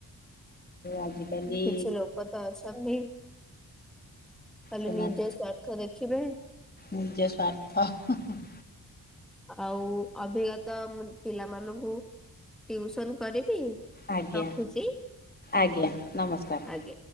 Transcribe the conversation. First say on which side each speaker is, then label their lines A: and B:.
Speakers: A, on the left; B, in the centre.
A: ଆଜିକାଲି
B: କିଛି ଲୋକତ ଅଛନ୍ତି ଖାଲି
A: ସେମାନେ
B: ନିଜ ସ୍ୱାର୍ଥ ଦେଖିବେ।
A: ନିଜ ସ୍ୱାର୍ଥ ହଁ ହଁ।
B: ଆଉ ଅଭି କାତ ମୁଁ ପିଲାମାନଙ୍କୁ ଟୁୟୁସନ୍ କରିବି।
A: ଆଜ୍ଞା
B: ରଖୁଛି
A: ଆଜ୍ଞା ନମସ୍କାର।
B: ଆଜ୍ଞା।